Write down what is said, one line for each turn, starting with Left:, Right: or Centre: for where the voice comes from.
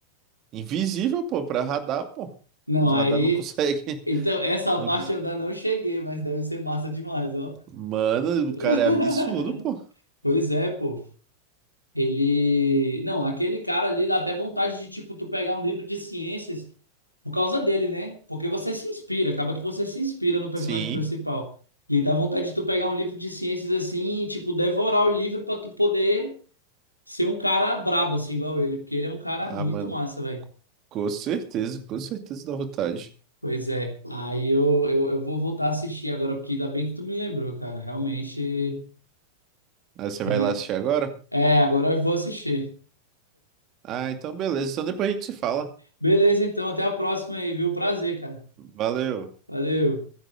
Right: invisível, pô, pra radar, pô.
Left: Não,
Right: Os
Left: aí
Right: radar não conseguem.
Left: então essa
Right: <laughs> não
Left: parte
Right: cons-
Left: eu ainda não cheguei, mas deve ser massa demais, ó.
Right: Mano,
Left: <laughs>
Right: o cara é absurdo, pô.
Left: Pois é, pô. Ele. Não, aquele cara ali dá até vontade de, tipo, tu pegar um livro de ciências Por causa dele, né? Porque você se inspira, acaba que você se inspira no personagem
Right: Sim.
Left: principal. E aí dá vontade de tu pegar um livro de ciências assim e, tipo, devorar o livro pra tu poder ser um cara brabo, assim, igual ele. Porque ele é um cara
Right: Ah,
Left: muito
Right: mano,
Left: massa, velho.
Right: com certeza, com certeza dá vontade.
Left: Pois é. Aí eu, eu, eu vou voltar a assistir agora, porque ainda bem que tu me lembrou, cara. Realmente,
Right: Aí você
Left: né?
Right: vai lá assistir agora?
Left: É, agora eu vou assistir.
Right: Ah, então beleza. Então depois a gente se fala.
Left: Beleza, então. Até a próxima aí, viu? Prazer, cara.
Right: Valeu.
Left: Valeu.